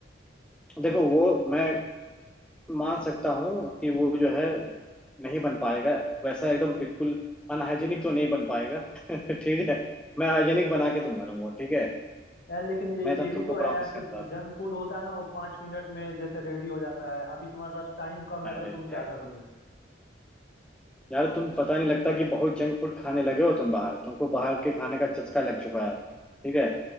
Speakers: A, in the centre; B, on the left.
A: देखो वो मैं मान सकता हूँ कि वो जो है नहीं बन पाएगा वैसा एकदम बिल्कुल अनहाइजीनिक तो नहीं बन पाएगा <laughs> ठीक है मैं हाइजीनिक बना के दूंगा तुमको ठीक है
B: यार लेकिन ये
A: मैं तो
B: ये भी
A: तुमको
B: तो है
A: प्रॉमिस
B: यार कि
A: करता
B: जंक
A: हूँ
B: फूड होता है ना वो पाँच मिनट में जैसे रेडी हो जाता है अभी तुम्हारे पास टाइम कम है
A: अरे
B: तो
A: यार
B: तुम क्या करोगे
A: यार, तुम पता नहीं लगता कि बहुत जंक फूड खाने लगे हो तुम बाहर तुमको बाहर के खाने का चस्का लग चुका है ठीक है